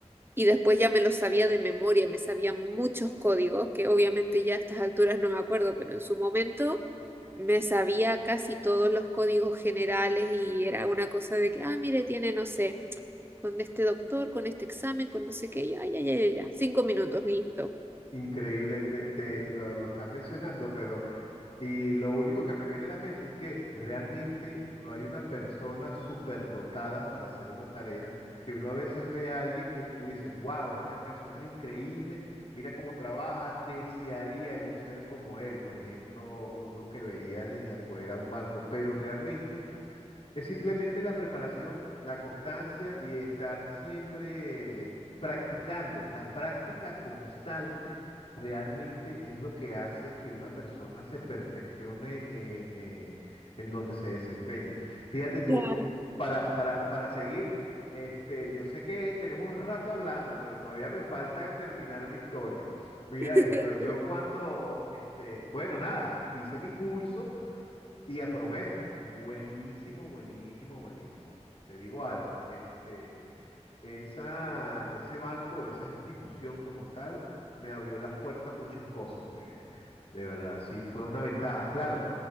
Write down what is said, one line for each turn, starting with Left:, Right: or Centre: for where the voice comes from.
Right: Y después ya me los sabía de memoria, me sabía muchos códigos, que obviamente ya a estas alturas no me acuerdo, pero en su momento me sabía casi todos los códigos generales y era una cosa de que, ah, mire, tiene, no sé, con este doctor, con este examen, con no sé qué, ya, ya, ya, ya, ya, cinco minutos, listo.
Left: Increíble, te, te- lo, lo estás mencionando, pero y lo único que me viene a la mente es que realmente no hay una persona superdotada para hacer una tarea, que uno a veces ve a alguien que tú dices, wow, esta persona es increíble, mira cómo trabaja, desearía yo ser como él, por ejemplo, uno que veía desde afuera un banco, pero realmente es simplemente la preparación, la constancia y estar siempre practicando. La práctica constante realmente es lo que hace que una persona se perfeccione eh, eh, en donde se desempeñe. Fíjate tú,
Right: Claro.
Left: para, para, para seguir, este, yo sé que tenemos rato hablando, pero todavía me falta terminar mi historia. Mira
Right: <laughs>
Left: esto, yo cuando, este, bueno, nada, hice mi curso. Y aprobé. Buenísimo, buenísimo, buenísimo. Te digo algo, este, esa, ese banco, esa institución como tal, me abrió las puertas a muchas cosas, pues, de verdad, sí fue una ventaja. Claro,